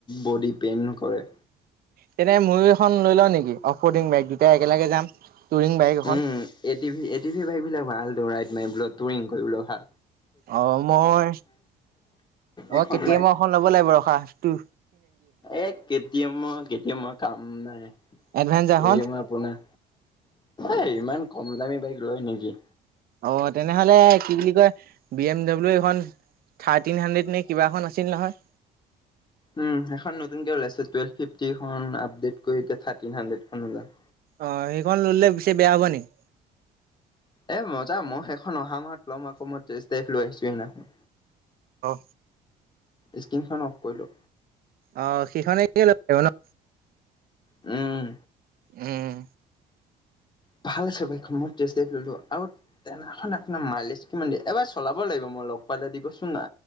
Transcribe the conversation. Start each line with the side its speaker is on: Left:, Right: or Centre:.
Left: বডি পেইন কৰে।
Right: তেনে ময় এখন লৈ লও নেকি? অফৰ্ডিং বেগ দুটাই একেলগে যাম। টুৰিং বাইক এখন
Left: উম, A T V A T V bike বিলাক ভাল দৌৰাই। <unintelligible> তুুলিং কৰিবলৈ অহা।
Right: অ', মই অ',
Left: এখন
Right: কে টি
Left: বাইক।
Right: এম মই এখন ল'ব লাগিব ৰসা। টো
Left: এ, কে টি এমৰ কে টি এমৰ কাম নাই।
Right: এডভেঞ্চাৰখন
Left: হেৰি আমাৰ আপোনাৰ, এই ইমান কম দামী বাইক লয় নেকি।
Right: অ', তেনেহ'লে কি বুলি বি এম ডাব্লিউ এইখন, থাৰ্টিন হান্দ্ৰেদ নে কিবা এখন আছিল নহয়?
Left: উম, এখন নতুনকে ওলাইছে। টোৱেলভ ফিফটিখন আপডেট কৰি এতিয়া থাৰ্তিন হান্দ্ৰেডখন উলাল।
Right: অ', সেইখন ল'লে পিছে বেয়া হ'ব নেকি?
Left: এ, মজা মই সেইখন অহা মাহত ল'ম আকৌ, মই টেষ্ট ড্ৰাইভ লৈ আহিছোঁ সেইদিনাখন।
Right: অ'।
Left: স্ক্ৰীনখন অফ কৰিলো
Right: অ', সিখনে <inaudible> ন'
Left: উম।
Right: উম।
Left: ভাল চবখন মই টেষ্ট ড্ৰাইভ ললো আৰু তেনাখন আপোনাৰ মাইলেছ কিমান দ এবাৰ চলাব লাগিব মই লগ পালে দিব চোন না,